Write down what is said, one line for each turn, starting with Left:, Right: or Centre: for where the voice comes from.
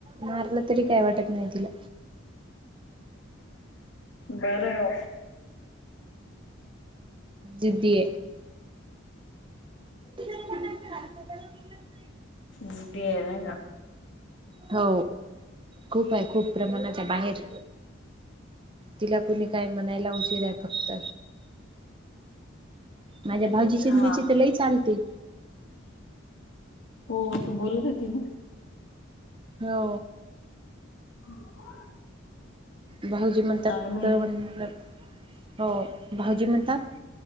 Right: मारल तरी काय वाटत नाही तीला.
Left: बरं!
Right: जिदीये. <unintelligible>
Left: जदी आहे नाय का?
Right: हो खूप आहे खूप प्रमाणाच्या बाहेर तिला कोणी काय म्हणायला उजीर आहे फक्त. माझ्या भावजीची
Left: अच्छा
Right: आण तिची तर लई चालते.
Left: हो तू बोलत होती ना.
Right: हो!
Left: <inaudible>
Right: भाऊजी म्हणतात
Left: चांगलंय
Right: तर म्हण हो भाऊजी म्हणतात